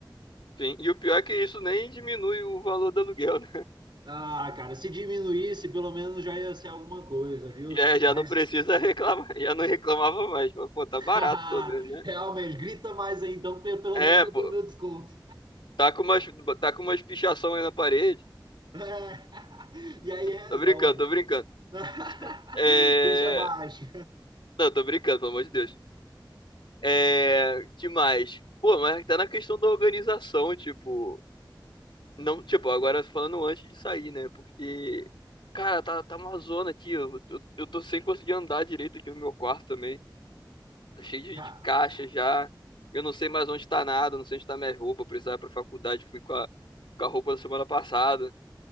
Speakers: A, on the left (about 85°); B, on the right (about 70°).
A: Sim, e o pior é que isso nem diminui o valor do aluguel, né? <laughs>
B: Ah, cara, se diminuísse, pelo menos já ia ser alguma coisa, viu?
A: Já, já
B: Mas
A: não precisa reclamar, já não reclamava mais. Mas, pô, tá
B: <laughs>
A: barato pelo menos, né?
B: Realmente, grita mais aí então, que pelo
A: É,
B: menos eu
A: pô,
B: tenho meu desconto.
A: tá com umas, tá com umas pichação aí na parede.
B: É. <laughs> E aí resolve.
A: Tô brincando, tô brincando.
B: <laughs>
A: É...
B: Deixa baixo.
A: Não, tô brincando, pelo amor de Deus. É... Demais. Pô, mas tá na questão da organização, tipo... Não, tipo, agora falando antes de sair, né? Porque, cara, tá, tá uma zona aqui. Eu, eu, eu tô sem conseguir andar direito aqui no meu quarto também. tá cheio de,
B: Cara,
A: de caixa já. Eu não sei mais onde tá nada, não sei onde tá minha roupa. Eu precisava ir pra faculdade, fui com a, com a roupa da semana passada.